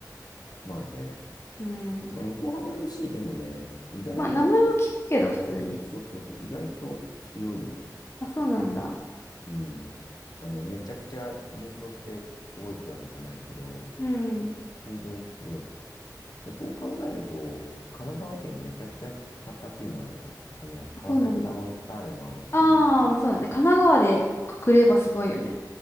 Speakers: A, on the left; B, on the left.
A: まあね。
B: うん。
A: まあ横浜 FC でもね、意外と、
B: まあ、名前は聞くけど、普通に。
A: そうそうそう、意外と強いよ。
B: あ、そうなんだ。
A: うん。あの、めちゃくちゃ優勝してすごいってわけじゃないけど、
B: うん。
A: 全然強い。そう考えると、神奈川県めちゃくちゃサッカーチームあるわ。あの、
B: あ、
A: 川崎フロンターレもあるし、
B: そうなんだ。ああ、まあそうだね。神奈川でくくればすごいよね。